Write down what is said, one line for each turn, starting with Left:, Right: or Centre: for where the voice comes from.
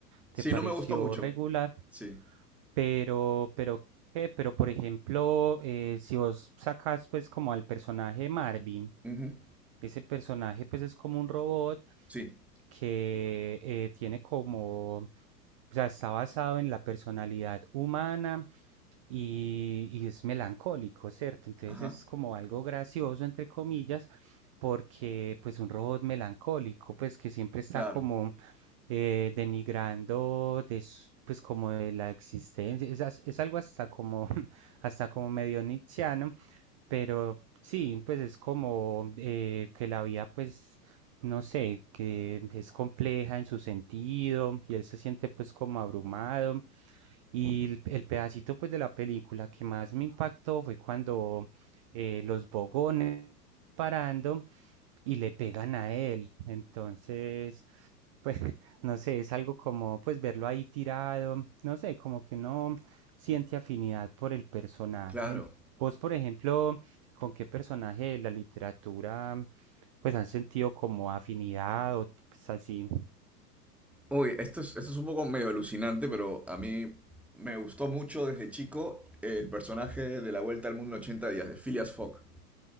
Centre: Sí,
Right: te pareció
Centre: no me gustó mucho.
Right: regular,
Centre: Sí.
Right: pero, pero, ¿qué? Pero, por ejemplo, eh, si vos sacas pues como al personaje Marvin,
Centre: Ujú.
Right: ese personaje pues es como un robot
Centre: Sí.
Right: que eh, tiene como, o sea, está basado en la personalidad humana y, y es melancólico, ¿cierto? Entonces
Centre: Ajá.
Right: es como algo gracioso, entre comillas, porque pues un robot melancólico, pues que siempre está
Centre: Claro.
Right: como eh, denigrando de, s- pues como de la existencia, es, as- es algo hasta como, <laughs> hasta como medio nietzscheano pero sí, pues es como eh, que la vida, pues, no sé, que es compleja en su sentido y él se siente pues como abrumado. Y el, el pedacito pues de la película que más me impactó fue cuando eh, los bogones parando y le pegan a él. Entonces, pues <laughs> No sé, es algo como pues verlo ahí tirado, no sé, como que uno siente afinidad por el personaje.
Centre: Claro.
Right: Vos, por ejemplo, ¿con qué personaje de la literatura pues has sentido como afinidad o pues, así?
Centre: Uy, esto es, esto es un poco medio alucinante, pero a mí me gustó mucho desde chico el personaje de La Vuelta al Mundo en 80 días, de Phileas Fogg.